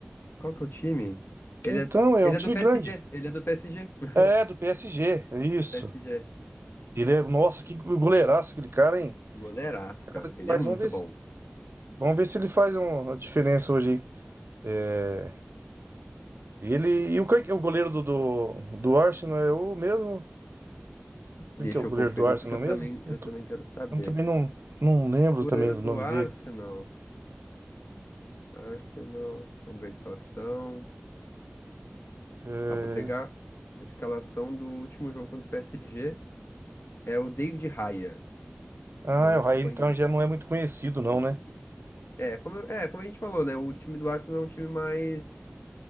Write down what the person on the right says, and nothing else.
Então,
é
um time
grande.
É, do PSG, é isso.
Ele é, nossa, que goleiraço aquele cara, hein?
O Cara,
tá
demais.
Vamos ver
se, vamos ver se ele faz um- uma diferença hoje, hein? É, ele e o, quem que é o goleiro do, do, do Arsenal é o mesmo? Quem
que é o goleiro
do Arsenal
mesmo?
Não
tô-
Eu também não, não lembro
também do
nome
dele.
É,
ah,
é o Raí
então já não é muito conhecido não,
né?